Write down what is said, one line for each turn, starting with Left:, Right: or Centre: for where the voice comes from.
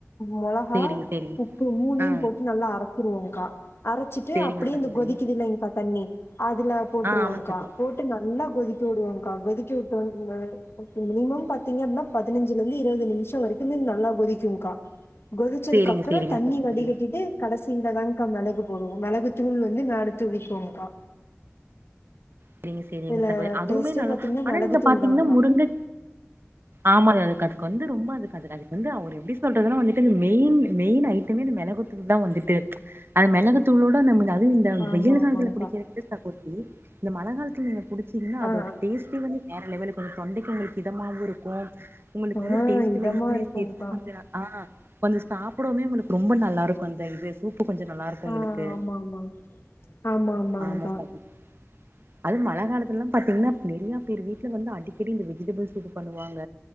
Left: மொளகா
Right: சேரிங்க சேரிங்க
Left: உப்பு மூனையும்
Right: ஆ
Left: போட்டு நல்லா அரத்துருவோங்க்கா அரைச்சிட்டு
Right: சேரிங்க
Left: அப்டியே
Right: சகோதரி
Left: இந்த கொதிக்குதிலேங்கா தண்ணி அதுல போட்ருவோங்கா
Right: ஆ ஆமா சகோதரி
Left: போட்டு நல்லா கொதிக்க விடுவோங்க்கா கொதிக்க விட்டோனே மினிமம் பாத்தீங்கன்னா பதினஞ்சுலருந்து இருபது நிமிஷ வரைக்கு நல்லா கொதிக்குங்கா கொதிச்சதுக்கப்பறொ
Right: சேரிங்க சேரிங்க
Left: தண்ணி
Right: சகோதரி
Left: வடிகட்டிட்டு கடைசிலதான்கா மெளகு போடுவோ மெளகு தூள் வந்து மேல தூவிக்குவோங்கா
Right: சரிங்க சரிங்க
Left: இதுல
Right: சகோத்ரி அதுவ்மே
Left: டேஸ்ட்டே
Right: நல்லா
Left: பாத்தீங்கன்னா
Right: ஆனா
Left: மிளகு
Right: நீங்க
Left: தூள்
Right: பாத்தீங்ன்னா
Left: தான்கா
Right: முருங்க ஆமா அது அதுக்கு அதுக்கு வந்து ரொம்ப அதுக்குது அது வந்து அவ எப்டி சொல்றது வந்துட்டு மெயின் மெயின் ஐட்டமே இந்த மெளகு தா வந்துட்டு அந்த மெளகு தூளோட நம்ம அது இந்த
Left: ஆமா
Right: வெயில்
Left: ஆமாங்க்கா
Right: காலத்துல குடிக்கிறதுக்கு கொட்டி இந்த மழ காலத்துல நீங்க குடிச்சீங்னா
Left: ஆ
Right: அதோட டேஸ்டே வந்து வேற லெவலுக்கு கொஞ்ச தொண்டக்கி உங்களுக்கு இதமாவு இருக்கு உங்களுக்கு
Left: ஆ
Right: வந்து
Left: ஆ
Right: டேஸ்ட்
Left: இதமா
Right: வெய்ஸுமே
Left: இருக்கும்க்கா
Right: சரி கொஞ்ச ஆ கொஞ்சம் சாப்பிடமே உங்களுக்கு ரொம்ப நல்லா இருக்கும் அந்த இது சூப்பு கொஞ்சம் நல்லாயிருக்கும்
Left: ஆ
Right: உங்களுக்கு
Left: ஆமா ஆமாங் ஆமா ஆமாங்க்கா
Right: ஆமா சகோ அது மழை காலத்துல எல்லாம் பாத்தீங்கன்னா நறைய பேர் வீட்ல வந்து அடிக்கடி இந்த வெஜிடபிள்ஸ்சூப்பு பண்ணுவாங்க